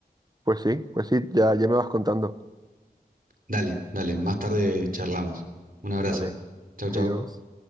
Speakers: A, on the right (about 25°); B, on the right (about 55°).
A: Pues sí, pues sí, ya, ya me vas contando.
B: Dale, dale, más tarde charlamos. Un abrazo.
A: Vale,
B: Chau,
A: adiós.
B: chau.